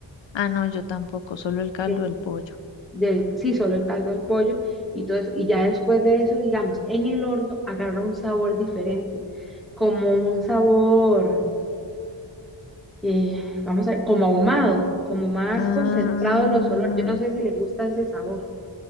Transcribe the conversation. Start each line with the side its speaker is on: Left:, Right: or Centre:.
Left: Ah, no, yo tampoco, solo el caldo
Centre: ¿sí?
Left: del pollo.
Centre: Del, sí, solo el caldo del pollo y todo eso, y ya después de eso, digamos, en el horno agarra un sabor diferente, como un sabor, eh, vamos a ver, como ahumado, como más
Left: Ajá,
Centre: concentrado los olores, yo no sé si le gusta ese sabor.